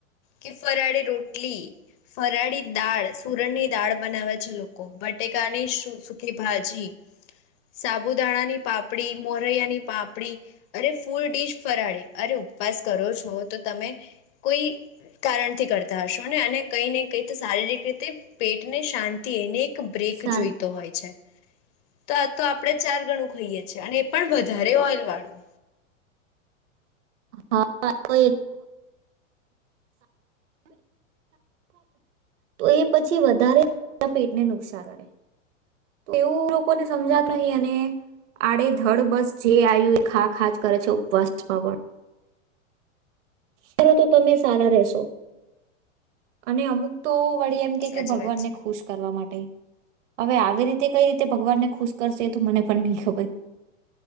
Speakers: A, on the left; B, on the right.
A: કે ફરાળી રોટલી. ફરાળી દાળ, સુરણની દાળ બનાવે છે. લોકો બટેકાની સુખી ભાજી, સાબુદાણાની પાપડી, મોરૈયાની પાપડી અરે ફૂલ ડીશ ફરાળી અરે ઉપવાસ કરો છો, તો તમે કોઈ કારણથી કરતા હશો ને? અને કઈ ને કઈ તો શારીરિક રીતે પેટને શાંતિ એને બ્રેક
B: સા
A: જોઈતો હોય છે. તો આ તો આપડે ચારગણુ ખાઈએ છીએ, અને એ પણ વધારે ઓઇલ વાળું.
B: હા હા તો એ તો <unintelligible> પછી વધારે પેટને નુકસાન કરે એવું લોકોને સમજાતુ નહી, અને આડેધડ બસ જે આવ્યું એ ખા ખા જ કરે છે ઉપવાસ માં પણ. કરો તો તમે સારા રેશો <unintelligible> અને અમુક તો વળી એમ કે,
A: સાચી
B: કે ભગવાન
A: વાત
B: ને
A: છે
B: ખુશ કરવા માટે. હવે આવી રીતે કઈ રીતે ભગવાનને ખુશ કરશે, એ તો મને પણ નહી ખબર.